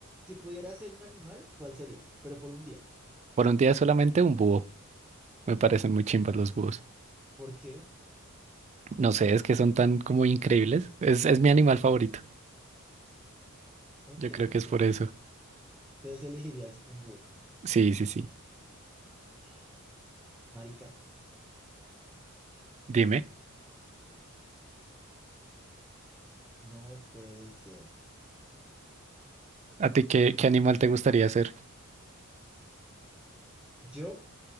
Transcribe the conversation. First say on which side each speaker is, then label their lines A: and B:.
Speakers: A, in the centre; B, on the right.
A: Si pudieras ser un animal, ¿cuál serías? Pero por un día.
B: Por un día solamente un búho. Me parecen muy chimbas los búhos.
A: ¿Por qué?
B: No sé, es que son tan como increíbles. Es, es mi animal favorito.
A: Ok,
B: Yo creo que
A: ok.
B: es por eso.
A: Entonces elegirías un búho.
B: Sí, sí, sí.
A: <gasps> Marica,
B: Dime,
A: no puede ser.
B: ¿a ti qué, qué animal te gustaría ser?
A: Yo